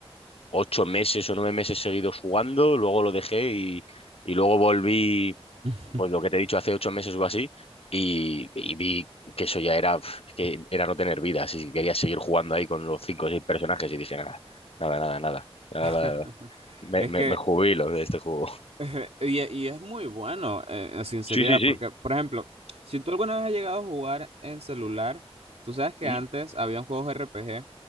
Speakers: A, on the left; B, on the right.
A: ocho meses o nueve meses seguidos jugando, luego lo dejé y, y luego volví,
B: <laughs>
A: pues lo que te he dicho, hace ocho meses o así, y, y vi que eso ya era, pf, es que era no tener vida, así que quería seguir jugando ahí con los cinco o seis personajes y dije, nada, nada, nada, nada, nada, nada,
B: <laughs>
A: nada. Me,
B: Es
A: me,
B: que,
A: me jubilo de este juego.
B: <laughs> y, e, y es muy bueno, eh, en sinceridad,
A: Sí, sí, sí.
B: porque, por ejemplo, si tú alguna vez has llegado a jugar en celular, tú sabes que
A: Ujú.
B: antes habían juegos RPG